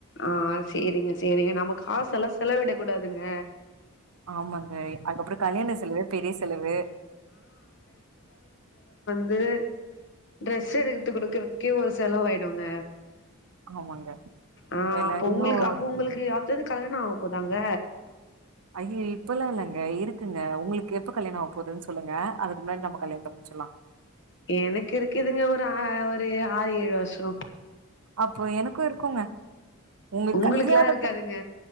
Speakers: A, on the left; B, on the right.
A: ஆஹ் சேரிங்க சேரிங்க நம்ம காச எல்லா செலவிடக் கூடாதுங்க
B: ஆமாங்க அதுக்கப்புறோ கல்யாண செலவு பெரிய செலவு
A: யிது டிரெஸ் எடுத்து குடுக்கறதுக்கே ஒரு செலவு ஆய்டுங்க
B: ஆமாங்க
A: ஆஹ்
B: எல்லாரையு
A: அப்ப உங்களுக்கு அப்ப உங்களுக்கு யார்ட்டயாது கல்யாணம் ஆகும் போதாங்க
B: அய்யய இப்பல்லா இல்லைங்க இருக்குங்க உங்களுக்கு எப்ப கல்யாணம் ஆ போகுதுன்னு சொல்லுங்க அதுக்கு முன்னாடி நம்ம கல்யாணத்த முடிச்சில்லாம்
A: எனக்கு இருக்குதுங்க ஒரு ஆ ஒரு ஆறு ஏழு வருஷம்
B: அப்போ எனக்கும் இருக்குங்க உங்க
A: உங்களுக்குக்லா
B: கல்யாணத்து
A: இருக்காதுங்க